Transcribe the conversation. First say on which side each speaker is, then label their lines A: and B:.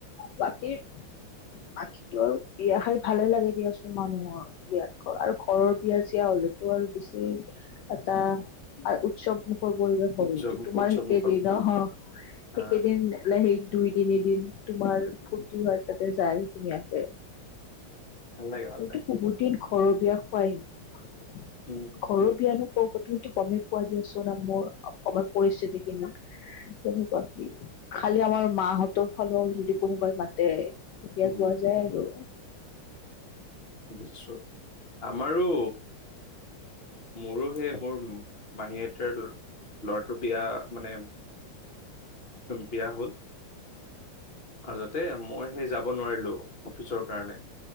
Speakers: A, on the left; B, on the left.
A: বাকী- বাকীটো আৰু বিয়া খাই ভালে লাগে দিয়াচোন মানুহৰ বিয়াত ঘৰ আৰু ঘৰৰ বিয়া-ছিয়া হলেতো আৰু বেছি এটা উৎসৱ সুখৰ পৰিৱেশ হৈ
B: উৎসৱ
A: উঠে, তোমাৰ
B: উৎসৱমুখৰ
A: সেইকেইদিন সেইকেইদিন
B: আহ
A: সেই দুই-তিনিদিন তোমাৰ ফূৰ্তি হয় তাতে যায় ধুনীয়াকে।
B: ভাল লাগে ভাল
A: মইতো
B: লাগে
A: বহুত দিন ঘৰৰ বিয়া খোৱাই নাই।
B: উম।
A: ঘৰৰ বিয়ানো কত তুমিটো গমেই পোৱা দিয়াচোন মোৰ অসমৰ পৰিস্থিতিখিনি তেনেকুৱা কি খালি আমাৰ মাহঁতৰ ফালৰ যদি কোনোবাই মাতে। তেতিয়া
B: উম,
A: যোৱা যায় আৰু।
B: নিশ্চয়! আমাৰো। মোৰো সেই মোৰ মাহী এটাৰ ল'ৰাটোৰ বিয়া মানে বিয়া হ'ল। মাজতে মই সেই যাব নোৱাৰিলো অফিচৰ কাৰণে।